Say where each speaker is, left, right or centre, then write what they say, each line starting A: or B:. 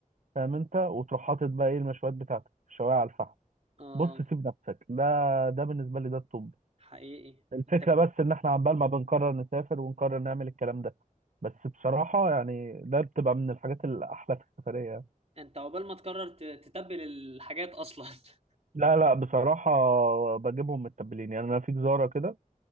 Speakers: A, on the right; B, on the right.
A: فاهم انت وتروح حاطط بقى ايه المشويات بتاعتك الشوايه على الفحم
B: اه
A: بص سيب نفسك ده ده بالنسبه لي ده الطب
B: حقيقي
A: الفكرة
B: انت
A: بس إن إحنا عمال ما بنقرر نسافر ونقرر نعمل الكلام ده بس بصراحة يعني ده بتبقى من الحاجات الأحلى في السفرية يعني.
B: انت عقبال ما تقرر ت- تتبل الحاجات اصلا <laughs>
A: لا لا بصراحة بجيبهم متبلين يعني أنا في جزارة كده